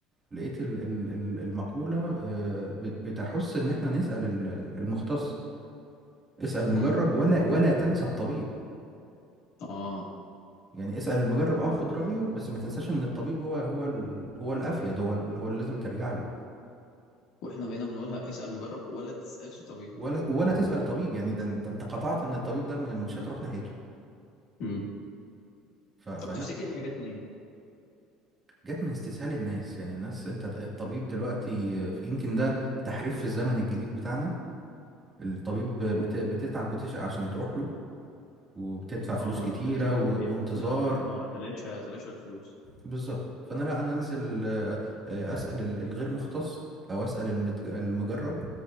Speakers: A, on the right (about 15°); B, on the left (about 65°).
A: لقيت ال... ال... ال- المقولة آه، بت... بتحث ان احنا نسأل ال- المختص اسأل مجرب
B: امم
A: ولا ولا تنسى الطبيب
B: آه
A: يعني اسأل المجرب اه خد رأيه بس ما تنساش ان الطبيب هو هو ال... هو الافيد هو ال... هو اللي لازم ترجع له
B: وإحنا بقينا بنقولها اسأل مجرب ولا تسألش طبيب
A: ولا ولا تسأل الطبيب يعني ده ده انت قطعت ان الطبيب ده م- مش هتروح ناحيته
B: امم
A: ف... فلا
B: طب تفتكر هي جت منين؟
A: جت من استسهال الناس يعني الناس انت د- الطبيب دلوقتي آه، يمكن ده تحريف في الزمن الجديد بتاعنا الطبيب بت...
B: ممكن
A: بتتعب وتشقى عشان تروح له وبتدفع فلوس
B: اه ما
A: كتيرة
B: انا كنت لسه هقول
A: و...
B: هي
A: وانتظار
B: ممكن عشان اه اتلاشى اتلاشى الفلوس
A: بالظبط فانا لا انا انزل آه، آه، اسال ال- الغير مختص او اسال المتج- المجرب